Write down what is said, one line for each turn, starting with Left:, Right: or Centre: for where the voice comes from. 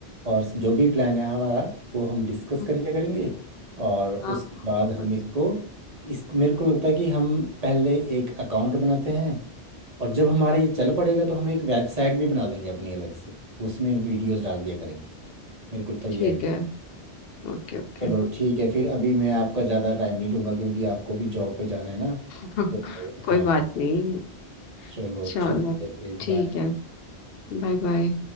Right: और जो भी प्लान है हमारा वो हम डिस्कस
Left: हम्म,
Right: कर लिया करेंगे और
Left: हाँ
Right: उसके
Left: हाँ
Right: बाद
Left: बिल्कुल
Right: हम इसको इस मेरे को लगता है कि हम पहले एक अकाउंट बनाते हैं और जब हमारा ये चल पड़ेगा तो हम एक वेबसाइट भी बना देंगे अपनी अलग से उसमें वीडियोस डाल दिया करेंगे मेरे को तो ये
Left: ठीक
Right: आइडिया
Left: है ओके ओके
Right: चलो ठीक है फिर अभी मैं आपका ज़्यादा टाइम नहीं लूँगा क्योंकि आपको भी जॉब पे जाना है ना
Left: <laughs>
Right: तो
Left: कोई
Right: हाँ
Left: बात नहीं
Right: चलो
Left: चलो
Right: ठीक है फिर
Left: ठीक
Right: बाय
Left: है बाय बाय